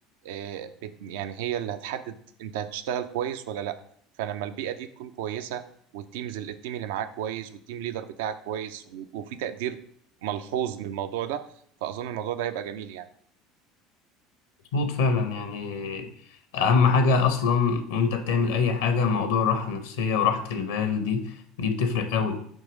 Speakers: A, on the right; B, on the left.
A: آه، بت يعني هي اللي هتحدد انت هتشتغل كويس ولا لا فلما البيئه دي تكون كويسه والتيمز التيم اللي معاك كويس والتيم ليدر بتاعك كويس و- وفي تقدير ملحوظ من الموضوع ده فأظن الموضوع ده هيبقى جميل يعني
B: مظبوط فعلا يعني اهم حاجه اصلا وانت بتعمل اي حاجه موضوع الراحه النفسيه وراحه البال دي دي بتفرق قوي